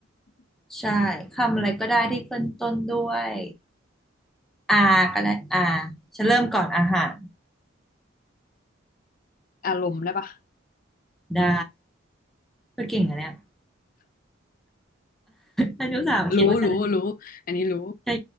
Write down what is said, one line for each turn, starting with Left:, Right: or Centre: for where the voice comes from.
Centre: ใช่คำอะไรก็ได้ที่ขึ้นต้นด้วยอาก็ได้อาฉันเริ่มก่อนอาหาร
Left: อารมณ์ได้ปะ
Centre: ได้เธอเก่งอะเนี่ย <laughs> ฉันรู้สาวคิดว่าฉัน
Left: รู้รู้รู้อันนี้รู้
Centre: ใช่